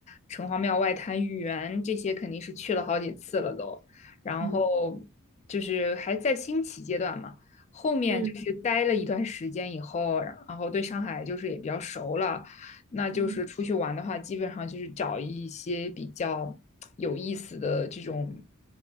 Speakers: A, on the left; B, on the right.
A: 城隍庙、外滩、豫园这些，肯定是去了好几次了都。然后就是还在兴起阶段嘛，
B: 嗯
A: 后面就是待了一段时间以后，
B: 嗯
A: 然后对上海就是也比较熟了，那就是出去玩的话，
B: 嗯
A: 基本上就是找一些比较有意思的这种